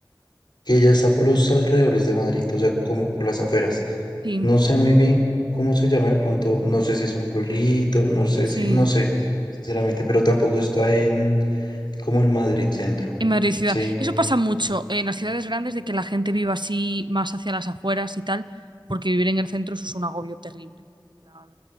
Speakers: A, on the left (about 65°); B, on the right (about 70°).
A: que ella está por los alrededores de Madrid, o sea, como por las afueras.
B: Sí.
A: No sé muy bien cómo se llama de pronto, no sé si es un pueblito, no sé
B: Sí,
A: si, no sé, sinceramente, pero tampoco está en, como en Madrid centro.
B: en Madrid ciudad.
A: Sí,
B: Eso pasa mucho en las ciudades grandes de que la gente viva así más hacia las afueras y tal, porque vivir en el centro eso es un agobio terrible. En plan,